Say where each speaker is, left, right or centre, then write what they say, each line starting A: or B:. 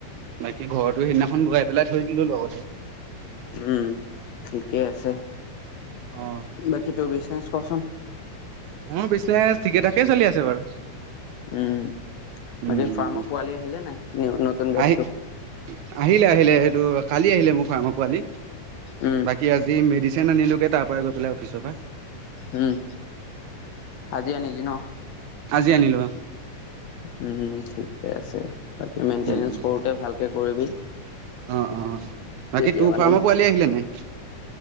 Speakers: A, on the right; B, on the left.
A: বাকী ঘৰৰতো সেইদিনাখন ঘৰাাই পেলাই থৈ দিলো লগতে।
B: উম ঠিকেই আছে
A: অ
B: বাকী তোৰ বিজনেছ কৱাচোন।
A: মোৰ পিজনেছ ঠিকে থাকেই চলি আছে বাৰু।
B: উম
A: উম
B: বাকী
A: উম
B: পৰামৰ্শ পোৱালি আহিলে নাই নতুন বেজটো?
A: আহি আহিলে আহিলে সেইটো কালি আহিলে মোৰ ফাৰ্মা পোৱালি
B: উম
A: বাকী আজি মেডি চেন আনিলোগগে তাৰ পৰা গৈ পেলাই অফিচৰ পৰাই।
B: উম আজি আনিলি ন?
A: আজি আনিলো।
B: উম ঠিকে আছে বাকী মেইনটেনেঞ্চ
A: উম উম
B: সৰুতে ভালকে কৰিবি।
A: অ' অ'
B: তেতিয়া
A: বাকী তোৰ
B: মানে
A: ফাৰ্মৰ পোৱালি আহিলে নে নাই?